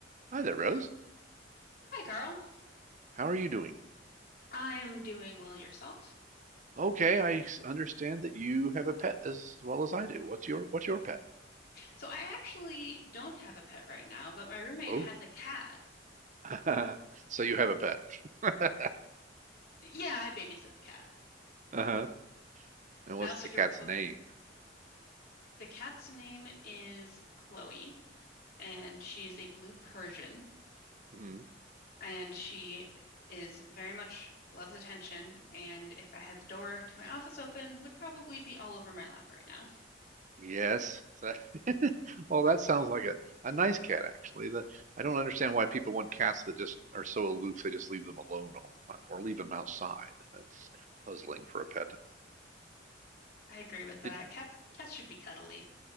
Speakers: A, on the right; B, on the left.
A: Hi there, Rose.
B: Hi, Carl.
A: How are you doing?
B: I'm doing well yourself.
A: Okay, I s- understand that you have a pet as well as I do. What's your what's your pet?
B: So I actually don't have a pet right now, but my roommate
A: Oh,
B: has a cat.
A: <laughs> so you have a pet. <laughs>
B: Yeah, I babysit the cat.
A: Uh-huh. And
B: I
A: what's
B: also
A: the
B: grew
A: cat's
B: up with
A: name?
B: the cat's name is Chloe, and she is a blue Persian,
A: hmm
B: and she is very much loves attention, and if I had the door to my office open, would probably be all over my lap right now.
A: Yes. That- <laughs> Well, that sounds like a, a nice cat, actually. The, I don't understand why people want cats that just are so aloof they just leave them alone all the time or leave them outside. That's puzzling for a pet.
B: I agree with that.
A: Did,
B: Cats cats should be cuddly.